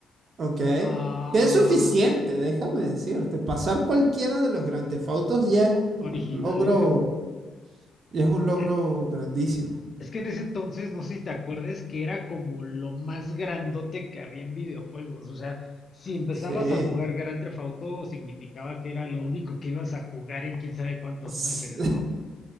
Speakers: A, on the right; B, on the left.
A: ok.
B: ah,
A: Que es suficiente, déjame decirte. Pasar cualquiera de los Grand Theft Autos ya es un
B: originales.
A: logro, ya es un logro
B: Eh,
A: grandísimo.
B: Es que en ese entonces, no sé si te acuerdes, que era como lo más grandote que había en videojuegos. O sea, si empezabas
A: Sí.
B: a jugar Grand Theft Auto, significaba que era lo único que ibas a jugar en quién sabe cuántos
A: S-
B: meses, ¿no?